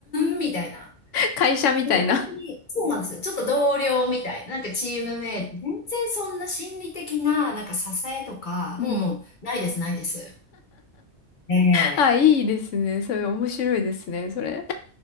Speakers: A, on the left (about 45°); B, on the left (about 75°).
A: ーん、みたいな。
B: 会社みたいな。
A: なんか本当に、そうなんですよ。ちょっと同僚みたいな、なんかチームメイト、全然そんな心理的な、なんか支えとか、
B: うん。
A: もう、もう、ないです、ないです。ええ
B: あ、いいですね。それ面白いですね、それ。